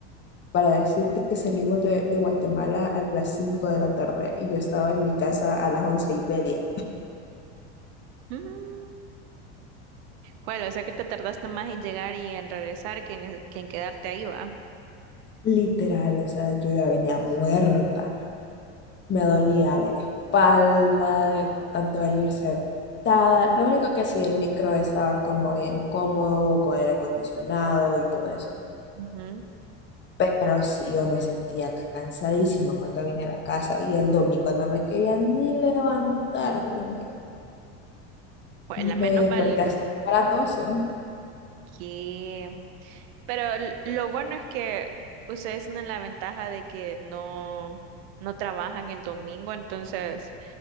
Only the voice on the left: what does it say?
para decirte que salimos de, de Guatemala a las 5 de la tarde y yo estaba en mi casa a las once y media.
Literal, o sea, yo ya venía muerta, me dolía la espalda, de tanto venir sentada. Lo único que sí, el micro estaba como bien cómodo, con aire acondicionado y todo eso.
Pero sí, yo me sentía cansadísima cuando vine a la casa y el domingo no me quería ni levantar, Dios mío.
Me desperté
hasta a las 12,